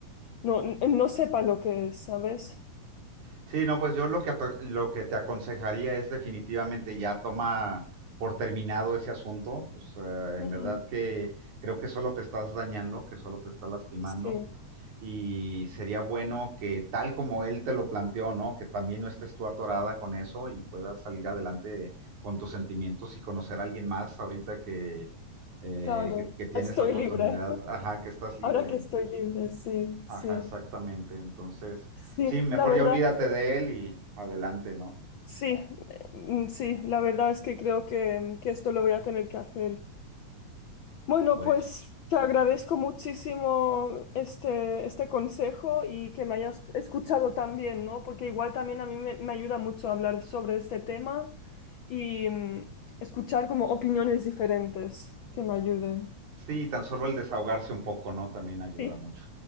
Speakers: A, on the left; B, on the right.
A: no, no sepa lo que es, ¿sabes?
B: Sí, no, pues yo lo que, ato- lo que te aconsejaría es definitivamente ya toma por terminado ese asunto. O sea, en
A: Ujú.
B: verdad que creo que solo te estás dañando, que solo te está lastimando.
A: Sí,
B: Y sería bueno que tal como él te lo planteó, ¿no? Que también no estés tú atorada con eso y puedas salir adelante con tus sentimientos y conocer a alguien más ahorita que, eh,
A: claro,
B: que, que tienes
A: estoy
B: la oportunidad,
A: libre. <laughs>
B: ajá, que estás libre.
A: Ahora que estoy libre, sí,
B: Ajá,
A: sí.
B: exactamente. Entonces,
A: Sí,
B: sí, mejor
A: la verdad
B: ya olvídate
A: que
B: de él y adelante, ¿no?
A: sí, eh, mm, sí, la verdad es que creo que, que esto lo voy a tener que hacer. Bueno,
B: Bueno,
A: pues te agradezco muchísimo este, este consejo y que me hayas escuchado también, ¿no? Porque igual también a mí me, me ayuda mucho hablar sobre este tema y mm, escuchar como opiniones diferentes que me ayuden.
B: sí, tan solo el desahogarse un poco, ¿no? También ayuda
A: Sí,
B: mucho.